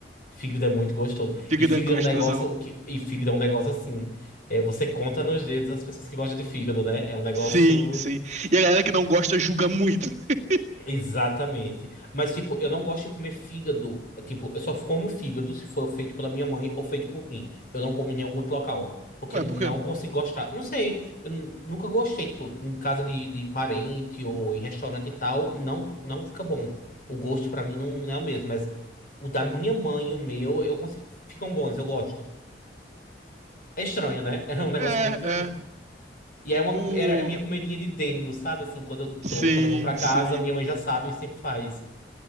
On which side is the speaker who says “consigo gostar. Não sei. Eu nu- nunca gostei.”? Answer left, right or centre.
Left